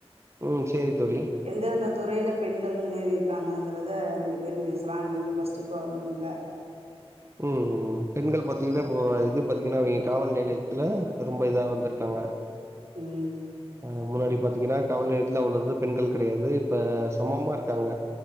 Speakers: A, on the right; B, on the right.
A: ம் சேரி தோழி
B: எந்தெந்த துறையில பெண்கள் முன்னேறி இருக்காங்கங்கிறத ரெண்டு பேரும் பேசலா நீங்க ஃபர்ஸ்ட்டு தொடங்குங்க
A: உம் பெண்கள் பாத்தீங்கன்னா இப்ப இது பாத்தீங்கன்னா இங்க காவல் நிலையத்துல ரொம்ப இதா வந்திருக்காங்க
B: உம்
A: அ முன்னாடி பாத்தீங்கன்னா காவல் நிலையத்துல அவ்ளோ இது பெண்கள் கெடையாது இப்ப சமமா இருக்காங்க